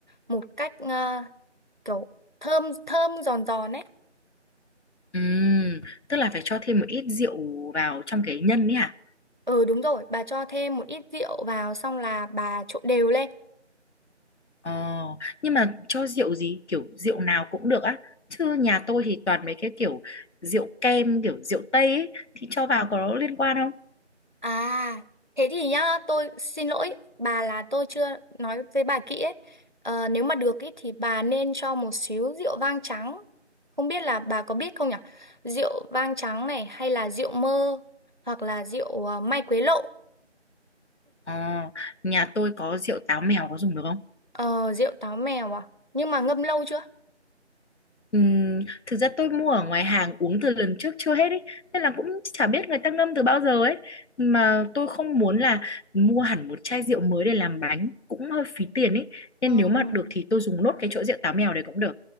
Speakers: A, on the right; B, on the left.
A: một cách ờ, kiểu thơm thơm giòn giòn ấy
B: Ừ, tức là phải cho thêm một ít rượu vào trong cái nhân ấy à?
A: ừ đúng rồi bà cho thêm một ít rượu vào xong là bà trộn đều lên
B: Ờ, nhưng mà cho rượu gì? Kiểu rượu nào cũng được á. Chứ nhà tôi thì toàn mấy cái kiểu rượu kem, kiểu rượu Tây ấy. Thì cho vào có liên quan không?
A: À, thế thì nhá, tôi xin lỗi bà là tôi chưa nói với bà kỹ ấy. Ờ, nếu mà được ý, thì bà nên cho một xíu rượu vang trắng. Không biết là bà có biết không nhỉ? Rượu vang trắng này hay là rượu mơ hoặc là rượu ờ, mai quế lộ,
B: Ờ, nhà tôi có rượu táo mèo có dùng được không?
A: Ờ, rượu táo mèo à? Nhưng mà ngâm lâu chưa?
B: Ừm, thực ra tôi mua ở ngoài hàng uống từ lần trước chưa hết ấy nên là cũng chả biết người ta ngâm từ bao giờ ấy mà tôi không muốn là mua hẳn một chai rượu mới để làm bánh cũng hơi phí tiền ấy nên
A: Ừ.
B: nếu mà được thì tôi dùng nốt cái chỗ rượu táo mèo đấy cũng được